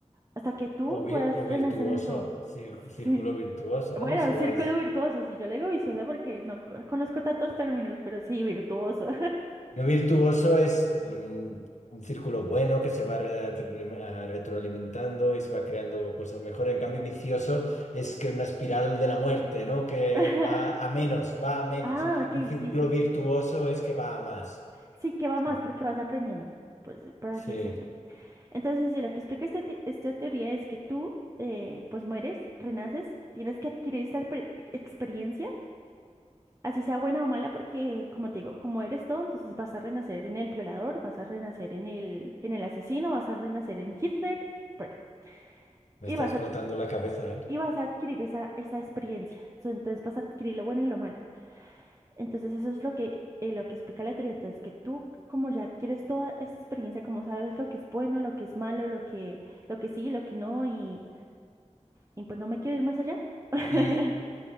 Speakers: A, on the right; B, on the left.
A: hasta que tú
B: O, vi-
A: puedas
B: o
A: renacer
B: virtuoso,
A: en todo.
B: cir-
A: <laughs>
B: círculo
A: Sí.
B: virtuoso,
A: Bueno,
B: ¿no? Si
A: círculo
B: vas.
A: virtuoso, sí, yo le digo vicioso porque no co- conozco tantos términos, pero sí, virtuoso.
B: Yo virtuoso es mm, un, círculo bueno que se va re- a- retroalimentando y se va creando cosas mejores. En cambio, vicioso es que una espiral de la muerte, ¿no? Que
A: <laughs>
B: va a menos, va a menos.
A: Ah, ok,
B: Y un círculo
A: sí, sí, sí.
B: virtuoso es que va a más.
A: Sí, que va
B: ¿sabes?
A: más porque vas aprendiendo, pues, por así
B: Sí,
A: decirlo. Entonces, sí, lo que explica esta, te- esta teoría es que tú, eh, pues mueres, renaces, tienes que adquirir esta pre- experiencia, así sea buena o mala, porque, como te digo, como eres todo, entonces vas a renacer en el violador, vas a renacer en el, en el asesino, vas a renacer en Hitler, bueno,
B: me
A: y
B: está
A: vas
B: explotando
A: a,
B: la cabeza, ¿eh?
A: y vas a adquirir esa, esa experiencia. So, Entonces vas a adquirir lo bueno y lo malo. Entonces, eso es lo que, eh, lo que explica la teoría. Entonces, que tú, como ya adquieres toda esta experiencia, como sabes lo que es bueno, lo que es malo, lo que, lo que sí, lo que no, y y pues no me quiero ir más allá, <laughs>
B: Y